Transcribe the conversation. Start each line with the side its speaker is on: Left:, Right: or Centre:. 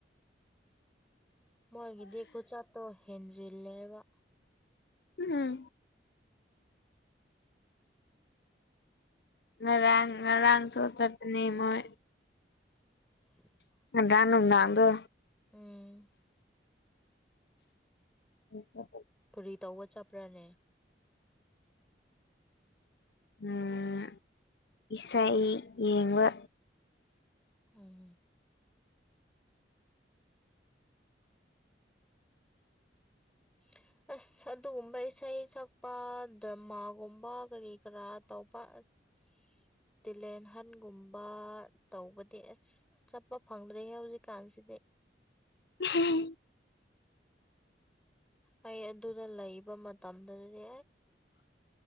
Centre: ꯃꯣꯏꯒꯤꯗꯤ ꯈꯨ ꯆꯠꯇꯣ ꯍꯦꯟꯖꯤꯜꯂꯦꯕ
Left: ꯎꯝ ꯉꯔꯥꯡ ꯉꯔꯥꯡ ꯁꯣ ꯆꯇ ꯅ ꯃꯣꯏ
Centre: <inaudible>
Left: ꯉꯥꯔꯥꯛ ꯅꯨꯡꯗꯥꯛꯗꯣ
Centre: ꯎꯝ
Left: ꯆ
Centre: ꯀꯔꯤ ꯇꯧꯕ ꯆꯠꯄ꯭ꯔꯥꯅꯦ
Left: ꯎꯝ ꯏꯁꯩ ꯌꯦꯡꯕ
Centre: ꯎꯝꯝ <unintelligible> ꯑꯁ ꯑꯗꯨꯒꯨꯝꯕ ꯏꯁꯩ ꯁꯛꯄ ꯗ꯭ꯔꯃꯥꯒꯨꯝꯕ ꯀꯔꯤ ꯀꯔꯥ ꯇꯧꯕ <unintelligible> ꯇꯤꯂꯦꯟꯍꯟꯒꯨꯝꯕ ꯇꯧꯕꯗꯤ ꯑꯁ ꯆꯠꯄ ꯐꯪꯗ꯭ꯔꯦ ꯍꯧꯖꯤꯛꯀꯥꯟꯁꯤꯗꯤ <inaudible>
Left: ꯎꯝ
Centre: ꯑꯩ ꯑꯗꯨꯗ ꯂꯩꯕ ꯃꯇꯝꯗꯗꯤ